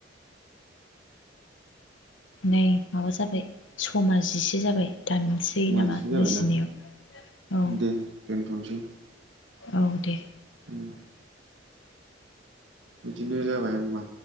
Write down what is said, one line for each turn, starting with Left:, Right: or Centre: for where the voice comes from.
Left: नै माबा जाबाय समा जिसे जाबाय। दानसै
Right: समानो
Left: नामा
Right: एसे जाबायना
Left: ना जिनैयाव औ।
Right: दे दोनथनोसै।
Left: औ दे
Right: उम बिदिनो जाबाय होमबा